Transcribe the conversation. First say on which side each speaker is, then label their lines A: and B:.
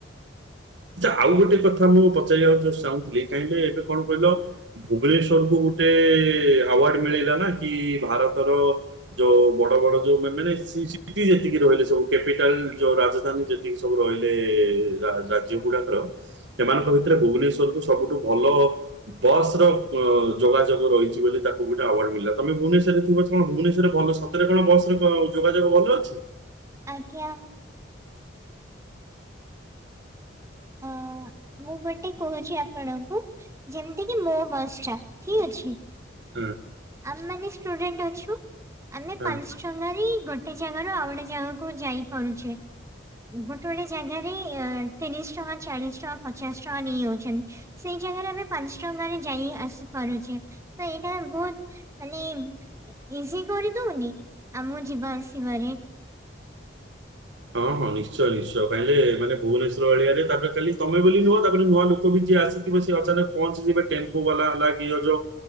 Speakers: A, on the right; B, on the right.
A: ଆଉ ଗୋଟେ କଥା ମୁଁ ପଚାରିବାକୁ ଚାହୁଁଥିଲି ଯେଏବେ କଣ କହିଲ ଭୁବନେଶ୍ଵର କୁ ଗୋଟେ ଅୱାର୍ଡ ମିଲିଲାନା କି ଭାରତ ର ଯୋଉ ବଡ଼ ବଡ଼ ଯୋଉ ମାନେ ସିଟି ଯେତିକି ରହିଲେ ସବୁ କ୍ୟାପିଟାଲ ଯୋଉ ରାଜଧାନୀ ଯେତିକି ସବୁ ରହିଲେ ରା ସେମାନଙ୍କ ଭିତରେ ଭୁବନେଶ୍ୱର ସବୁଠୁ ଭଲ ବସ୍ ର ଯୋଗାଯୋଗ ରହିଛି ବୋଲି ତାକୁ ଗୋଟିଏ ଅୱାର୍ଡ ମିଳିଲା ତମେ ଭୁବନେଶ୍ୱରରେ ଥିବ ତମ ଭୁବନେଶ୍ୱର ଭଲ ସତରେ କଣ ବସ ରେ ଯୋଗାଯୋଗ ଭଲ ଅଛି।
B: ଆଜ୍ଞା। ଅ ମୁଁ ଗୋଟେ କହୁଛି ଆପଣଙ୍କୁ ଯେମିତି କିି ମୋ ବସ୍ଟା ଠିକ ଅଛି
A: ହଁ
B: ଆମେ ମାନ ଷ୍ଟୁଡେଣ୍ଟ ଅଛୁ ଆମେ
A: ହଁ
B: ପାଞ୍ଚ ଟଙ୍ଗାରେ ଗୋଟେ ଜାଗାରୁ ଆଉ ଗୋଟେ ଜାଗାକୁ ଯାଇପାରୁଛେ। ଗୋଟେ ଗୋଟ ଜାଗାରେ ତତିରିଶ ଟଙ୍କା ଚାଳିଶ ଟଙ୍କା ପଚାଶ ଟଙ୍କା ନେଇଯାଉଛନ୍ତି ସେଇ ଜାଗାରେ ଆମେ ପାଞ୍ଚ ଟଙ୍କା ରେ ଯାଇ ଆସିପାରୁଛେ। ତ ଏଇଟା ବହୁତ ମାନେ ଇଜି କରିଦଉନି। ଆଉ ମୁଁ ଯିବା ଆସିବାରେ
A: ହଁ ହଁ ନିଶ୍ଚୟ ନିଶ୍ଚୟ କାଁଲେ ମାନ ଭୁବନେସ୍ୱର ଏରିଆ ରେ ତାପରେ କାଲି ତମେ ବୋଲି ନୁହଁ ତାପରେ ନୂଆ ଲୋକ ବି ଆସିଥିବ ସେ ଅଚାନକ ପହଞ୍ଚିଯିବେ ଟେମ୍ପୋ ବାଲା ହେଲା କି ଯୋଉ